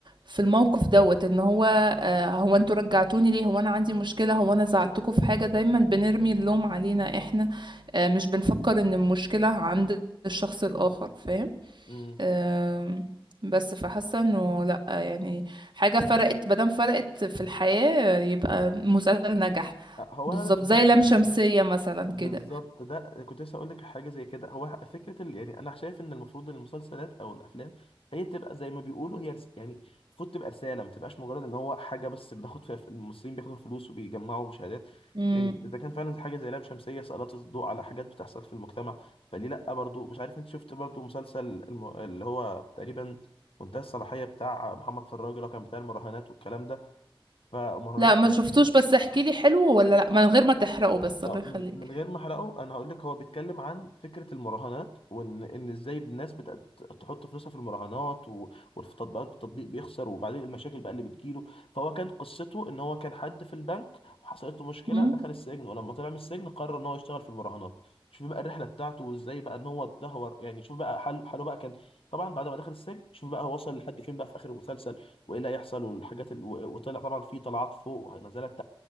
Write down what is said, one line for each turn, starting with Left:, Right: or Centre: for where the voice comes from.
Right: في الموقف دوت ان هو آه، هو انتوا رجعتوني ليه هو انا عندي مشكلة هو انا زعلتكم في حاجة دايما بنرمي اللوم علينا احنا آه، مش بنفكر ان المشكلة عند الشخص الآخر فاهم
Left: امم
Right: أم، بس فحاسه انه لا يعني حاجه فرقت مادام فرقت في الحياه يبقى مسلسل نجح
Left: هو
Right: بالظبط
Left: أنا
Right: زي لام
Left: ده
Right: شمسيه مثلا
Left: بالظبط
Right: كده
Left: ده كنت لسه اقول لك حاجه زي كده هو ح- فكره ال... يعني انا شايف ان المفروض إن المسلسلات او الافلام هي تبقى زي ما بيقولوا هي رس... يعني المفروض تبقى رساله ما تبقاش مجرد ان هو حاجه بس بناخد فيها ف- الممثلين بياخدوا فلوس وبيجمعوا مشاهدات
Right: امم
Left: يعني اذا كان فعلا حاجه زي لام شمسيه سلطت الضوء على حاجات بتحصل في المجتمع فليه لا برضو مش عارف انت شفت برضو مسلسل الم... اللي هو تقريبا منتهى الصلاحيه بتاع محمد فراج اللي هو كان بتاع المراهنات والكلام ده فمراهنات
Right: لا ما شفتوش بس احكي لي حلو ولا لا من غير ما تحرقه بس
Left: اه
Right: الله يخليك
Left: من من غير ما احرقه انا هقول لك هو بيتكلم عن فكره المراهنات وان ان ازاي الناس بتحط فلوسها في المراهنات و- وفي تطبيقات التطبيق بيخسر وبعدين المشاكل بقى اللي بتجيله فهو كان قصته ان هو كان حد في البنك وحصلت له مشكله
Right: امم
Left: دخل السجن ولما طلع من السجن قرر ان هو يشتغل في المراهنات شوف بقى الرحله بتاعته وازاي بقى ان هو اتدهور يعني شوف بقى حل حاله بقى كان طبعا بعد ما دخل السجن شوف بقى هو وصل لحد فين بقى في اخر المسلسل وايه اللي هيحصل والحاجات ال... و- وطلع طبعا في طلعات فوق ونزلات